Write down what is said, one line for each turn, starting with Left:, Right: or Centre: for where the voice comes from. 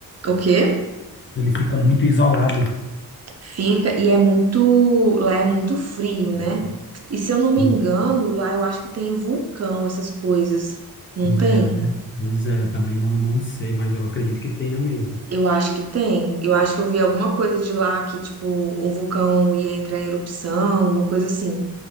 Right: o quê?
Left: Ele fica muito isolado.
Right: Fica, e é muito, lá é muito frio, né? E se eu não
Left: Sim.
Right: me engano, lá eu acho que tem vulcão, essas coisas. Não
Left: É,
Right: tem?
Left: né? Pois é, eu também não, não sei, mas eu acredito que tenha mesmo.
Right: Eu acho que tem. Eu acho que eu vi alguma coisa de lá que, tipo, um vulcão ia entrar em erupção, uma coisa assim.